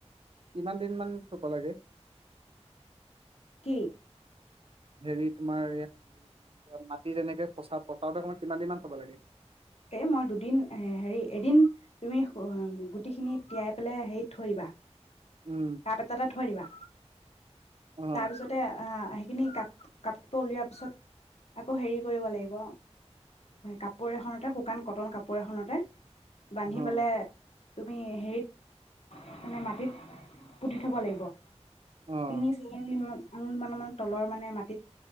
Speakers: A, on the right; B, on the left.
A: কিমান দিন মান থব লাগে
B: কি
A: হেৰি তোমাৰ হেৰি মাটি যেনেকে পচা পচাওতে অকমান কিমান দিনমান থব লাগে
B: এ মই দুদিন এ হেৰি এদিন তুমি গুটিখিনি তিয়াই পেলে হেৰিত থৈ দিবা।
A: উম,
B: তাপ এটাতে থৈ দিবা।
A: অ',
B: তাৰপিছতে আঁ আহিকিনি কাপ - কাপৰ উলিওৱাৰ পিছত আকৌ হেৰি কৰিব লাগিব, কাপোৰ এখনতে শুকান কটন কাপোৰ এখনতে বান্ধি
A: অ',
B: পেলাই তুমি হেৰিত মানে মাটিত পুতি থব লাগিব
A: অ',
B: <unintelligible> আঙুল মানৰ মানে তলৰ মানে মাটিত